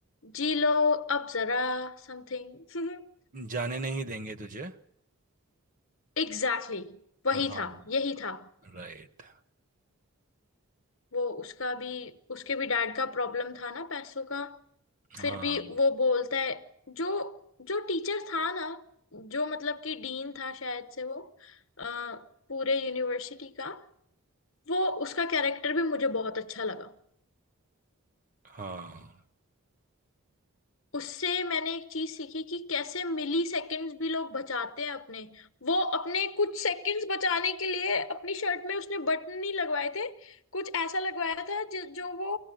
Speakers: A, on the left; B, on the right.
A: जी लो अब जरा समथिंग <laughs>
B: जाने नहीं देंगे तुझे
A: एग्जैक्टली exactly, वही
B: हाँ
A: था यही था
B: राइट
A: वो उसका भी उसके भी डैड का प्रॉब्लम था ना पैसों का
B: हाँ
A: फिर भी वो बोलता है जो जो टीचर था ना जो मतलब कि डीन था शायद से वो अ, पूरे यूनिवर्सिटी का वो उसका कैरेक्टर भी मुझे बहुत अच्छा लगा
B: हाँ
A: उससे मैंने एक चीज सीखी कि कैसे मिली सेकंड्स भी लोग बचाते हैं अपने वो अपने कुछ सेकंड्स बचाने के लिए अपनी शर्ट में उसने बटन नहीं लगवाए थे कुछ ऐसा लगवाया था जो, जो वो